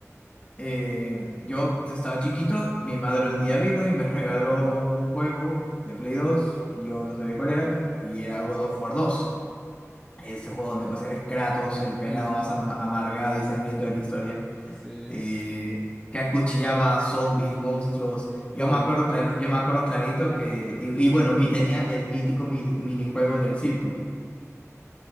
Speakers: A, on the left; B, in the centre.
A: Eh, yo estaba chiquito, mi madre un día vino y me regaló un juego de Play 2, yo no sabía cuál era, y era God of War 2. Este juego donde pasé el Kratos, el pelado
B: Mm,
A: más ama- amargado y sangriento de la historia.
B: sí,
A: eh, que acuchillaba zombies, monstruos. Yo
B: todo.
A: me acuerdo, clar- yo me acuerdo clarito que, y, y bueno, y tenía el mítico mi- minijuego del círculo,